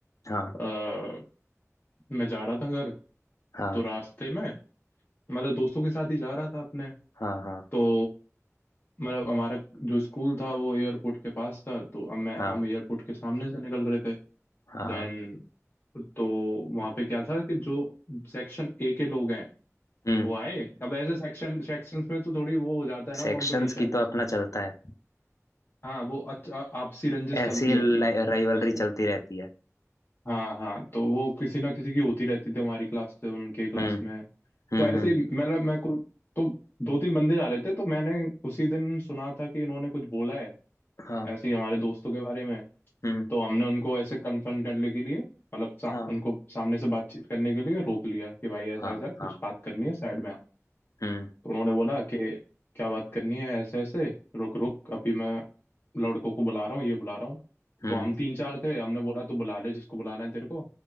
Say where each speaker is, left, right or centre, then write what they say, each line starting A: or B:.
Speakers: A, on the left; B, on the left.
A: हाँ
B: अ, मैं जा रहा था घर
A: हाँ
B: तो रास्ते में मतलब दोस्तों के साथ ही जा रहा था अपने
A: हाँ हाँ
B: तो मतलब हमारा जो स्कूल था वो एयरपोर्ट के पास था तो अब मैं
A: हाँ
B: हम एयरपोर्ट के सामने से निकल रहे थे
A: हाँ
B: देन तो वहाँ पे क्या था कि जो सेक्शन ए के लोग हैं
A: हम्म
B: वो आए अब ऐसे सेक्शन सेक्शंस में तो थोड़ी वो हो जाता है
A: सेक्शंस
B: ना कंपटीशन
A: की तो अपना चलता है
B: हाँ वो अच्छा आपसी रंजिश
A: ऐसी
B: चलती रहती है उनकी
A: राइवलरी
B: तो ऐसे
A: चलती रहती है
B: हाँ हाँ तो वो किसी ना किसी की होती रहती थी हमारी क्लास से उनके क्लास
A: हम्म
B: में
A: हम्म
B: तो ऐसे
A: हम्म
B: ही मतलब मैं कुछ तो दो तीन बंदे जा रहे थे तो मैंने उसी दिन सुना था कि इन्होंने कुछ बोला है
A: हाँ
B: ऐसे ही हमारे दोस्तों के बारे में
A: हम्म
B: तो हमने उनको ऐसे कन्फर्म करने के लिए मतलब सा,
A: हाँ
B: उनको सामने से बातचीत करने के लिए रोक लिया कि भाई ऐसा
A: हाँ
B: ऐसा कुछ
A: हाँ
B: बात करनी है साइड में आप
A: हम्म
B: तो उन्होंने बोला कि क्या बात करनी है ऐसे ऐसे रुक रुक अभी मैं लड़कों को बुला रहा हूँ ये बुला रहा हूँ
A: हम्म
B: तो हम तीन चार थे हमने बोला तो बुला ले जिसको बुलाना है तेरे को